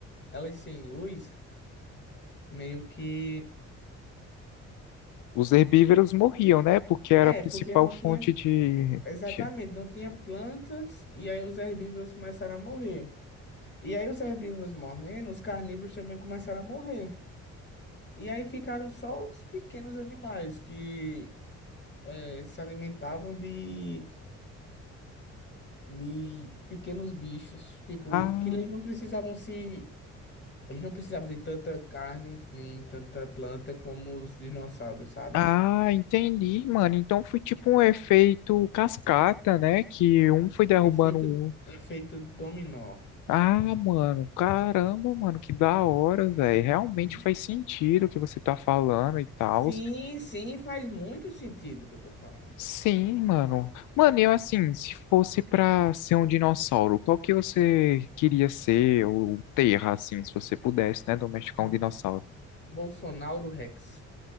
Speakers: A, on the left; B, on the left.
A: elas sem luz, meio que
B: Os herbívoros morriam, né? Porque era
A: é,
B: a principal
A: porque não
B: fonte
A: tinha
B: de.
A: exatamente,
B: de-
A: não tinha plantas e aí os herbívoros começaram a morrer. E aí os herbívoros morrendo, os carnívoros também começaram a morrer. E aí ficaram só os pequenos animais que eh, se alimentavam de, de pequenos bichos, tipo,
B: Ah,
A: que eles não precisavam se a gente não precisava de tanta carne nem tanta planta como os dinossauros, sabe?
B: ah, entendi, mano. Então foi tipo um efeito cascata, né? Que um foi derrubando
A: Efeito,
B: o outro.
A: efeito dominó.
B: Ah, mano, caramba, mano, que da hora, velho.
A: Uhum.
B: Realmente faz sentido o que você tá falando e tal.
A: Sim, sim, faz muito sentido o que eu tô falando.
B: Sim, mano. Mano, eu assim, se fosse pra ser um dinossauro, qual que você queria ser ou terra, assim, se você pudesse, né, domesticar
A: O
B: um dinossauro?
A: Bolsonaro Rex.